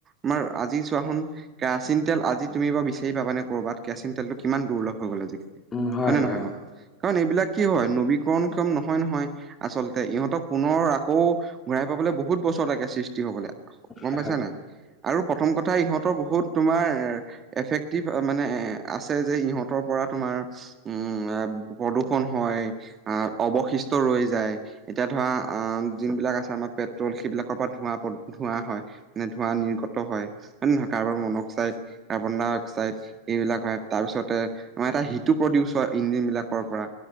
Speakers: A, on the right; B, on the left.
A: আমাৰ আজি চোৱাসোন কেৰাচিন তেল আজি তুমি বাৰু বিচাৰি পাবানে কৰ'বাত কেৰাচিন তেলতটো কিমান দূৰ্লভ হৈ গ'ল আজিকা
B: উম হয়
A: হয়নে
B: হয়
A: নহয়
B: অ
A: বাৰু? কাৰণ এইবিলাক কি হয় নবীকৰণ ক্ষম নহয় নহয়। আচলতে ইহঁতক পুনৰ আকৌ ঘূৰাই পাবলৈ বহুত বছৰ লাগে সৃষ্টি হবলে। গম
B: হয়
A: পাইছা নাই? আৰু প্ৰথম কথা ইহঁতৰ বহুত তোমাৰ এ এফেক্টিভ আ মানে এ এ আছে যে ইহঁতৰ পৰা তোমাৰ উম প্ৰদূষন হয় আহ অৱশিষ্ট ৰৈ যায়। এতিয়া ধৰা আ যোন বিলাক আছে আমাৰ পেট্ৰল সেইবিলাকৰ পৰা ধোৱা ধোৱা হয়, মানে ধোৱা নিৰ গত হয়, হয় নহয়? Carbon monoxide, carbon dioxide এইবিলাক হয় তাৰ পিছতে আমাৰ এটা হিটো প্ৰডিউচ হয় ইঞ্জিন বিলাকৰ পৰা।